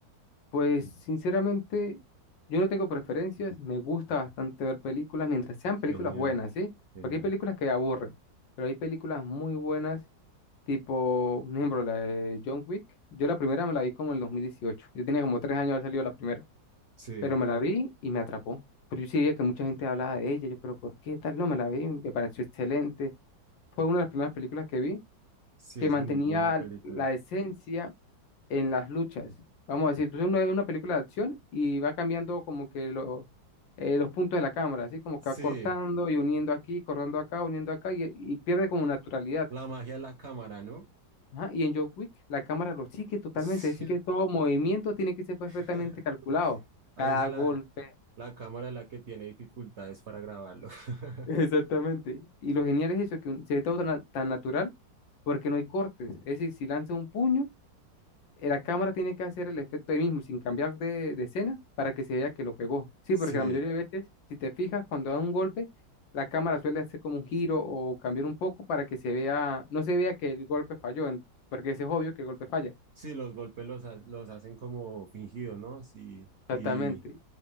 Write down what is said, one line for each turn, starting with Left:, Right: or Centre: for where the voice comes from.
Left: Pues sinceramente, yo no tengo preferencias, me gusta bastante ver películas mientras sean películas
Right: Genial,
Left: buenas, ¿sí?
Right: genial.
Left: Porque hay películas que aburren, pero hay películas muy buenas, tipo, por ejemplo, la de John Wick. Yo la primera me la vi como en el 2018, yo tenía como tres años de haber salido la primera,
Right: Sí,
Left: pero me la vi y me atrapó. Pero yo sí veía que mucha gente hablaba de ella, yo, pero ¿por qué tal? No, me la vi, me pareció excelente. Fue una de las primeras películas que vi
Right: sí,
Left: que
Right: es
Left: mantenía
Right: muy buena película.
Left: la esencia en las luchas. Vamos a decir, tú ves una, una película de acción y va cambiando como que lo- eh, los puntos de la cámara, así como
Right: Sí,
Left: que va cortando y uniendo aquí, cortando acá, uniendo acá y, y pierde como naturalidad.
Right: la magia de la cámara, ¿no?
Left: Ajá, Y en John Wick la cámara lo sigue totalmente,
Right: Sí,
Left: así que todo movimiento tiene que ser perfectamente
Right: <laughs>
Left: calculado,
Right: ahí
Left: cada
Right: esa
Left: golpe.
Right: la, la cámara es la que tiene dificultades para grabarlo. <laughs>
Left: <laughs> Exactamente. Y lo genial es eso, que un- se ve todo tan, tan natural porque no hay cortes. Es decir, si lanza un puño, eh, La cámara tiene que hacer el efecto ahí mismo, sin cambiar de, de escena, para que se vea que lo pegó. Sí,
Right: Sí,
Left: porque la mayoría de veces, si te fijas, cuando da un golpe, la cámara suele hacer como un giro o cambiar un poco para que se vea, no se vea que el golpe falló, en- porque ese es obvio que el golpe falla.
Right: sí, los golpes los, ha- los hacen como fingidos, ¿no? Sí,
Left: Exactamente.
Right: y